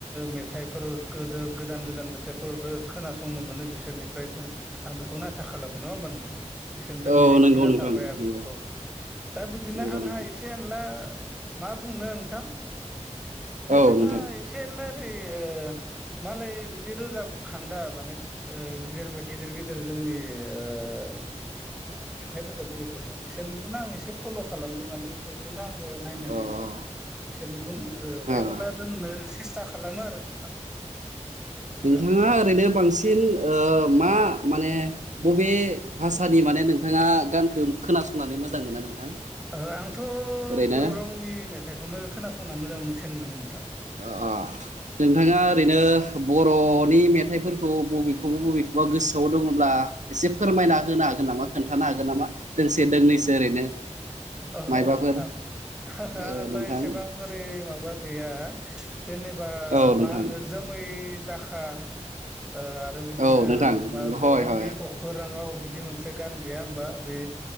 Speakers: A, in the centre; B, on the right.
A: मेथाइफोर गो गोदान गोदान मेथाइफोर खोनंनो मोनो बि सोरनिफ्राय जों आं बेखौनो आसा खालामो नङा होमबा नोंथा। बिसोरनिफ्राय
B: औ
A: मिजिं
B: नंगौ
A: थिना थाबाय
B: नोंथां
A: आरो
B: नंगौ
A: औ दा बिदिनो
B: नंगौ
A: आंहा
B: नोंथां
A: एसे एनला मा बुंनो नोंथां जेनेबा
B: औ नोंथां
A: एसेल ओै मालाय बिदि रोजाब खान्दा माने ओ गिदिर गिदिर जोंनि ओ जिथु मेथाइ रोजाबगिरिफोर दं बिसोर खौनो आं एसे फल' खालामो माने बिसोरखौनो आं नायनानैनो
B: अ
A: बिसोरनिखौनो बहाय
B: अ
A: मोनला रोंनो सेस्था खा खालामो आरो नोंथां।
B: नोंथाङा
A: औ
B: ओरैनो बांसिन ओ मा माने बबे भाषानि माने नोंथाङा गानखौ खोनासंनानै मोजां मोनो नोंथां
A: ओ आंथ'
B: ओरैनो
A: बर' रावनि मेथाइखौनो खोनासंनो मोजांसिन मोनो नोंथां
B: अ अ नोंथाङा ओरैनो बर'नि मेथ थाइफोरखौ बबेखौबा बबेखौबा गोसोआव दङब्ला एसे फोरमायना होनो हागोन नामा खोन्थानो हागोन नामा? दोंसे दोंनैसो ओरैनो
A: औ
B: मायबाफोर
A: नोंथां आंहाथ'
B: ओ नोंथां
A: एसेबां ओरै माबा गैया जेनेबा
B: औ
A: मा
B: नोंथां
A: होनो जोमै दाखा ओ आरो बिदिनो
B: औ नोंथां
A: बा
B: नोंगौ
A: बर'नि
B: हय हय
A: अखोराङाव बिदि मोनसे गान गैया होमबा बे